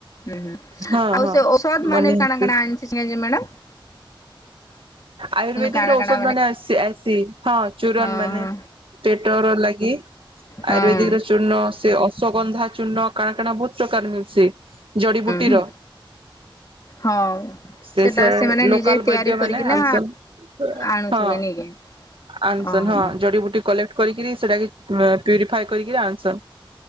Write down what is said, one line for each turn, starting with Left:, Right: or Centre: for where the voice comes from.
Left: ହୁଁ ହୁଁ
Right: ହଁ
Left: ଆଉ
Right: ହଁ
Left: ସେ ଓଷଧ୍
Right: ବନେଇ
Left: ମାନେ ବି
Right: ହେସି
Left: କାଣା କାଣା ଆଣି ସିଆଞ୍ଜି ମ୍ୟାଡ଼ାମ୍
Right: ଆୟୁର୍ବେଦିକ
Left: କାଣା
Right: ର
Left: କାଣା
Right: ଓଷଧ୍ ମାନେ ଆସି ଆସି ହଁ ଚୁରନ୍
Left: ହଁ
Right: ମାନେ।
Left: ହଁ
Right: ପେଟର ଲାଗି
Left: ହଁ
Right: ଆୟୁର୍ବେଦିକର ଚୂର୍ଣ୍ଣ ସେ ସୋଗନ୍ଧା ଚୁର୍ଣ୍ଣ କାଣା କାଣା ବହୁତ ପ୍ରକାର ମିଳୁସି। ଜଡ଼ିବୁଟିର
Left: ହୁଁ ହଁ
Right: ସେ
Left: ସେଟା
Right: ସେ
Left: ସେମାନେ
Right: ଲୋକାଲ୍
Left: ନିଜେ ତିଆରି
Right: ବୈଦ୍ୟ
Left: କରିକିନା
Right: ମାନେ ଆନସନ୍ ହଁ।
Left: ଆଣୁଥିବେ ନିକି
Right: ଆନସନ୍
Left: ଓହୋ
Right: ହଁ ଜଡ଼ିବୁଟି କଲେକ୍ କରିକିରି ସେଟାକେ ପ୍ୟୁରିଫାଏ କରିକିରି ଆଣିସନ୍।